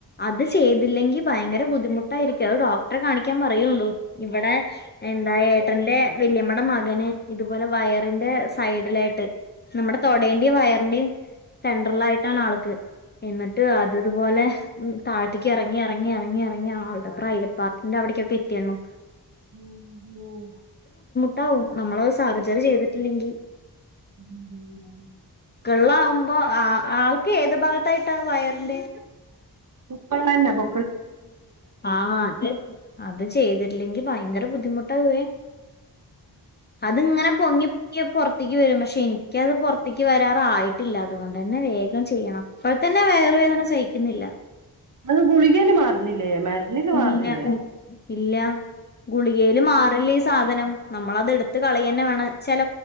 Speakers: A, on the left (about 25°); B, on the right (about 50°).
A: അത് ചെയ്തില്ലെങ്കിൽ ഭയങ്കര ബുദ്ധിമുട്ടായിരിക്കും അത് ഡോക്ടറെ കാണിക്കാൻ പറയുട് ഇവിടെ എന്തായ ട്ടന്റെ വല്യമ്മടെ മകന് ഇതുപോലെ വയറിന്റെ സൈഡിലായിട്ട് നമ്മുടെ തൊടേന്റെ വയർ <unintelligible> സെൻട്രൽ ആയിട്ടാണ് ആൾക്ക് എന്നിട്ട് അതതുപോലെ ഉം താഴത്തെക്ക് ഇറങ്ങി ഇറങ്ങി ഇറങ്ങി ഇറങ്ങി അള്ടെ പ്രൈവറ്റ് പാർട്ടിന്റെ അവിടേക്ക് ഒക്കെ എത്തിയണ്ണു
B: ഉം ഉം
A: ട്ടവും നമ്മളത് സർജറി ചെയ്തിട്ടില്ലെങ്കിൽ
B: <unintelligible>
A: കെള്ള ആകുമ്പോ ആ ആൾക്ക് ഏത് ഭാഗത്തായിട്ടാ വയറിന്റെ
B: ഇപ്പൊള്ളന്ന പോ
A: ആ അത് അത് ചെയ്ത് ഇല്ലെങ്കിൽ ഭയങ്കര ബുദ്ധിമുട്ടാവേ അത്ങ്ങനെ പൊങ്ങി പൊങ്ങിയ പുറത്തേക്ക് വരും പക്ഷെ എനിക്കത് പുറത്തേക്ക് വരാറായിട്ടില്ല അതുകൊണ്ട് തന്നെ വേഗം ചെയ്യണം അപ്പോ തന്നെ വേറ വേദന സയി ക്കുന്നില്ല
B: അത് ഗുളികേൽ മാറുന്നില്ലേ ല്ല മാറില്ലേ
A: ഇല്ല ഇല്ല ഗുളികയില് മാറില്ലേ ഈ സാധനം നമ്മള അത് എടുത്ത് കളയ തന്നെ വേണം ചില